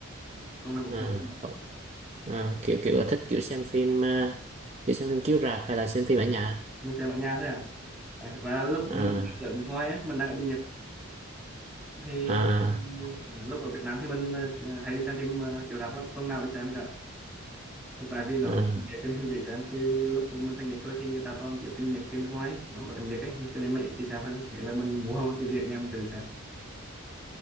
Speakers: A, in the centre; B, on the right.
A: tuần nào cũng
B: À,
A: xem phim,
B: cậu à, kiểu kiểu có thích kiểu xem phim à, kiểu xem phim chiếu rạp hay là xem phim ở nhà?
A: mình xem ở nhà thôi à. À, thực ra lúc mình
B: À,
A: ở nước ngoài á, mình đang ở bên Nhật thì,
B: à,
A: thì lúc ở Việt Nam thì mình à, hay đi xem phim uh, chiếu rạp lắm, tuần nào đi xem cả. Thì tại vì nó
B: à,
A: cho nên dễ xem chứ lúc mình sang Nhật rồi thì người ta toàn kiểu phim Nhật, phim nước ngoài ấy, nó không có tiếng Việt ấy, cho nên mẹ đi xem hơn. Thế là mình mua một tivi ở nhà mình tự xem.